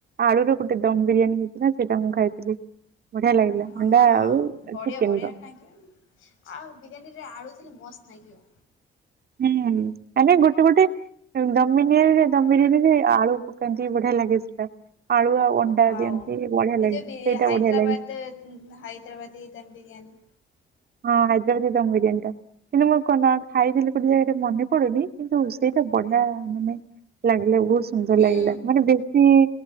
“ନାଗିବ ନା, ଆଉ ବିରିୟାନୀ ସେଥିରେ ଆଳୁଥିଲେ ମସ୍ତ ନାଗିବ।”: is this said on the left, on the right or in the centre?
Left